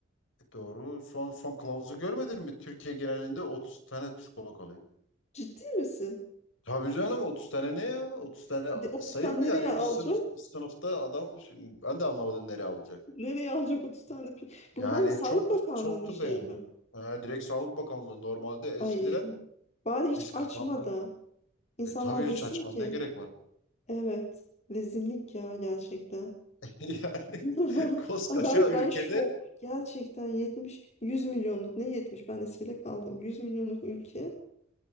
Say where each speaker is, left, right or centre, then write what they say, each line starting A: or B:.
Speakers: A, on the left; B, on the left.
A: doğru son son kılavuzu görmedin mi? Türkiye genelinde 30 tane psikolog alıyor.
B: ciddi misin?
A: Tabii canım 30 tane ne ya? 30 tane
B: De, 30
A: sayı
B: tane
A: mı
B: nereye
A: yani?
B: alacak?
A: Bir sınıf sınıfta adam şimdi ben de anlamadım nereye alacak.
B: Nereye alacak 30 tane? pi-
A: Yani
B: Bu hangi Sağlık
A: çok
B: Bakanlığı'nın
A: çoktur
B: şeyi
A: da yani.
B: mi?
A: Ee, direkt Sağlık Bakanlığı normalde eskiden
B: Ay bari hiç
A: biz kazandık.
B: açma da insanlar
A: E tabii
B: desin
A: hiç açma
B: ki
A: ne gerek var?
B: evet rezillik ya gerçekten.
A: <laughs> Yani
B: <laughs>
A: koskoca
B: Ben
A: ülkede
B: ben şok. Gerçekten 70 100 milyonluk ne 70 ben eskide kaldım. 100 milyonluk ülke